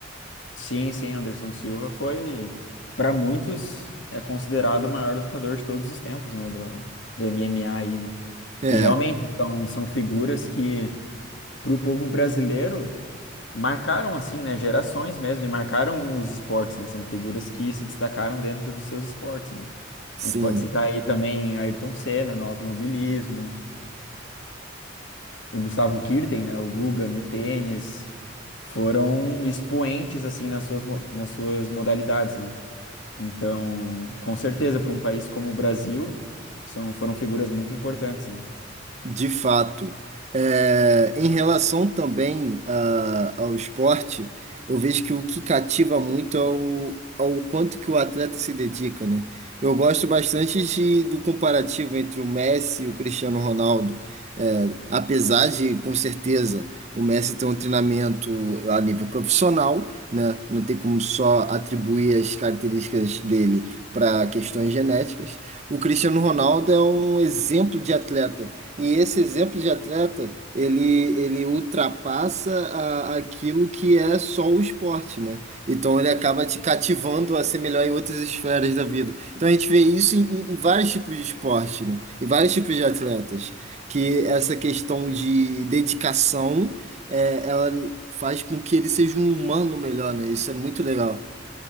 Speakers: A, on the left; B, on the right.
A: Sim, sim, Anderson Silva foi, para muitos, é considerado o maior lutador de todos os tempos, né? Do, do MMA aí, né?
B: É,
A: E realmente são, são figuras que para o povo brasileiro, marcaram assim, né, gerações mesmo, e marcaram os esportes, né? São figuras que se destacaram dentro dos seus esportes, né?
B: sim.
A: A gente pode citar aí também Ayrton Senna no automobilismo, o Gustavo Kuerten, né, o Guga no tênis, foram expoentes assim nas suas, mo- nas suas modalidades, né? Então, com certeza, para um país como o Brasil, são, foram figuras muito importantes, né?
B: De fato. É, em relação também a- ao esporte, eu vejo que o que cativa muito é o, ao quanto que o atleta se dedica, né? Eu gosto bastante de, do comparativo entre o Messi e o Cristiano Ronaldo. É, apesar de, com certeza, o Messi ter um treinamento a nível profissional, né? Não tem como só atribuir as características dele para questões genéticas. O Cristiano Ronaldo é um exemplo de atleta e esse exemplo de atleta, ele, ele ultrapassa a- aquilo que é só o esporte, né? Então ele acaba te cativando a ser melhor em outras esferas da vida. Então a gente vê isso em, em- em vários tipos de esporte, né? Em vários tipos de atletas. Que essa questão de dedicação, é, ela faz com que ele seja um humano melhor, né? Isso é muito legal.